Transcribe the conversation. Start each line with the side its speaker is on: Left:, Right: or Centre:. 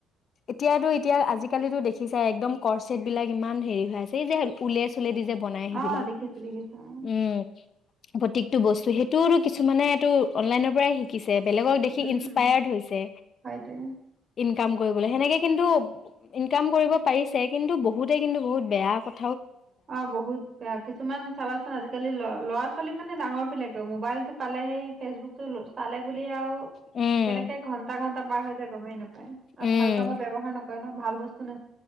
Left: এতিয়াতো এতিয়া আজিকালিটো দেখিছাই একদম কৰচট বিলাক ইমান হেৰি হৈ আছে এই যে উলে চুলে দি যে বনাই সেইবিলাক
Right: অ অ দেখিছো দেখিছো অ',
Left: উম প্ৰত্যেকটো বস্তু সেইটোওটো কিছুমানেটো অনলাইনৰ পৰাই শিকিছে বেলেগক দেখি
Right: উম
Left: ইনসপায়াৰ্ড হৈছে
Right: হয়তোৱে
Left: ইনকাম কৰিবলৈ সেনেকে কিন্তু ইনকাম কৰিব পাৰিছে কিন্তু বহুতে কিন্তু বহুত বেয়া কথা
Right: অ বহুত কিছুমান চাবাচোন আজি আজিকালি ল ল'ৰা ছোৱালী মানে ডাঙৰ বিলাকেও মোবাইলটো পালে সেই ফেচবুক টো চালে বুলি আৰু
Left: উম
Right: কেনেকে ঘন্টা ঘন্টা পাৰ হৈ যায় গমেই নাপায় আৰু
Left: উম
Right: ভাল কামত ব্যৱহাৰ নকৰে হয় ন ভাল বস্তু ন